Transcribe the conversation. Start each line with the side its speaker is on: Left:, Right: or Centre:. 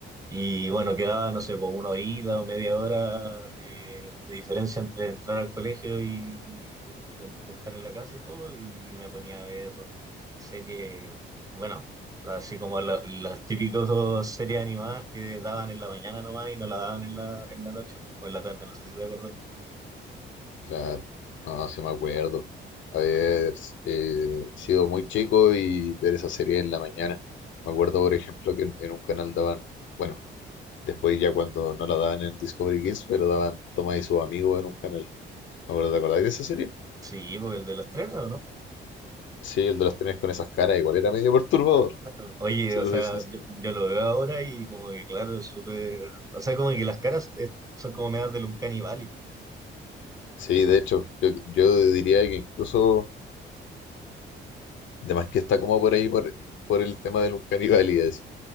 Right: Y bueno, quedaba, no sé, por una horita o media hora de, de diferencia entre entrar al colegio y, y en- estar en la casa y todo, y me ponía a ver series, bueno, así como la- las típicas series animadas que daban en la mañana nomás y no la daban en la, en la noche o en la tarde, no sé si te acordás.
Left: Claro, no, sí me acuerdo. Haber eh, sido muy chico y ver esa serie en la mañana. Me acuerdo, por ejemplo, que en, en un canal daban, bueno, después ya cuando no la daban en el Discovery Kids, pero daban Tomás y sus amigos en un canal. Me acuerdo, ¿te acordáis de esa serie?
Right: Sí, porque el de los trenes, ¿o no?
Left: Sí, el de los trenes con esas caras igual era medio perturbador,
Right: <laughs> Oye,
Left: si
Right: o
Left: te
Right: sea,
Left: soy sincero.
Right: yo, yo lo veo ahora y como que claro, es súper, o sea, como que las caras eh, son como medias del Uncanny Valley,
Left: Sí, de hecho, yo, yo diría que incluso, además que está como por ahí por, por el tema del Uncanny y así.